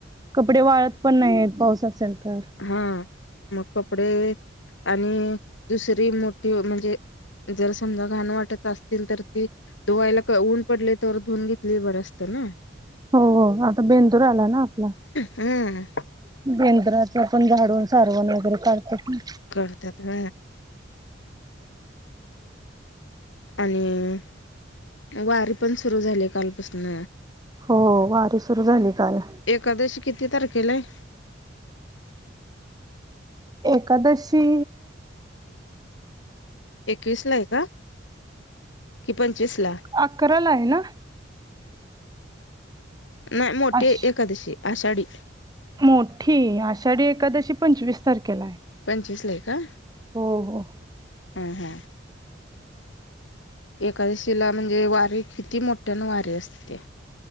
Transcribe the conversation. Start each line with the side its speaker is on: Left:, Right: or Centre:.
Right: कपडे वाळत पण नाही आहेत पाऊस असेल तर
Left: हा मग कपडे आणि दुसरी मोठी म्हणजे जर समजा घाण वाटत अस. तर ती धुवायला ऊन पडले तर धुून घेतली बर असत ना.
Right: हो हो आता बेंदूर आला ना आपला
Left: हम्म
Right: म्हणजे यंत्राच आपण झाडून सारवण वगैरे काढत ना.
Left: करतात म आणि वारी पण सुरू झाली कालपासून
Right: हो वारी सुरू झाली काल.
Left: एखकादशी किती तारखेला आहे.
Right: एकादशी
Left: एकवीस ला आहे का कि पंचवीस ला
Right: अकरा ला आहे ना.
Left: नाही मोठे
Right: आश
Left: एखकादशी आषाढी
Right: मोठी आषाढी एखकादशी पंचवीस तारखेला आहे.
Left: पंचवीस ला आहे का?
Right: हो हो.
Left: हम् हम्. एकादशीला म्हणजे वारीे किती मोठ्यानं वारीे असते ते